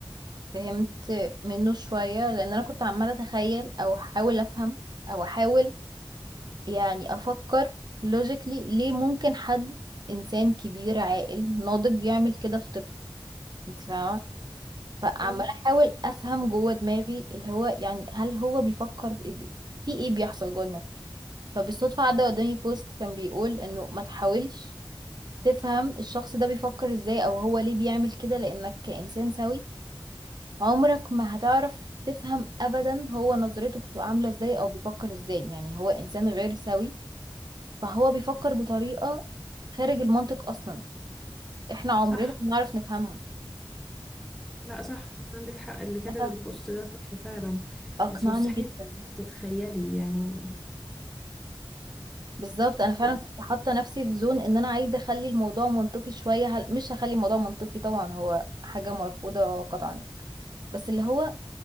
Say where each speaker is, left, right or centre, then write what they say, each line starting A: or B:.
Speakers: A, on the right; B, in the centre.
A: فهمت منه شوية لأن أنا كنت عمالة أتخيل أو أحاول أفهم أو أحاول يعني أفكر لوجيكلي ليه ممكن حد إنسان كبير عاقل ناضج يعمل كده في طفل أنت فاهمة فعمالة
B: مم.
A: أحاول أفهم جوه دماغي اللي هو يعني هل هو بيفكر في إيه بي- في إيه بيحصل جوه دماغه فبالصدفة عدى قدامي بوست كان بيقول إنه ما تحاولش تفهم الشخص ده بيفكر إزاي أو هو ليه بيعمل كده لأنك كإنسان سوي عمرك ما هتعرف تفهم ابدا هو نظرته بتبقى عامله ازاي او بيفكر ازاي يعني هو انسان غير سوي فهو بيفكر بطريقه خارج المنطق اصلا احنا عمرنا
B: صح
A: ما نعرف نفهمها
B: لا صح عندك حق اللي كتب
A: فللاسف
B: البوست ده صح فعلا
A: اقنعني
B: انت مستحيل
A: جدا
B: تتخيلي يعني
A: بالظبط انا فعلا
B: لا
A: كنت حاطه نفسي في زون ان انا عايزه اخلي الموضوع منطقي شويه هل... مش هخلي الموضوع منطقي طبعا هو حاجه مرفوضه قطعا يعني. بس اللي هو